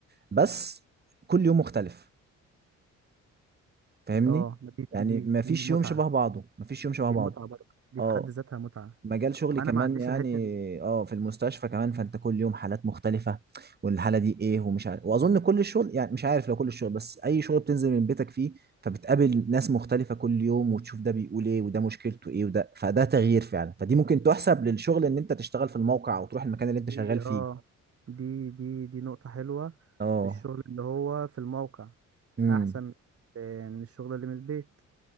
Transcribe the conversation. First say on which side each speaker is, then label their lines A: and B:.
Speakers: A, on the right; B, on the right.
A: بس كل يوم مختلف فاهمني
B: اه ما دي
A: يعني
B: دي دي
A: ما
B: دي
A: فيش
B: متعة
A: يوم شبه بعضه ما فيش يوم شبه
B: دي
A: بعضه
B: متعة برضه دي
A: اه
B: في حد ذاتها متعة
A: مجال شغلي
B: انا
A: كمان
B: ما عنديش
A: يعني
B: الحتة دي
A: اه في المستشفى كمان فانت كل يوم حالات مختلفة والحالة دي ايه ومش عارف واظن كل الشغل يعني مش عارف لو كل الشغل بس اي شغل بتنزل من بيتك فيه فبتقابل ناس مختلفة كل يوم وتشوف ده بيقول ايه وده مشكلته ايه وده فده تغيير فعلا فدي ممكن تحسب للشغل ان انت تشتغل في الموقع او تروح المكان اللي
B: دي
A: انت شغال
B: اه
A: فيه
B: دي دي دي نقطة حلوة
A: اه
B: في الشغل اللي هو في الموقع
A: امم
B: احسن آه، من الشغل اللي من البيت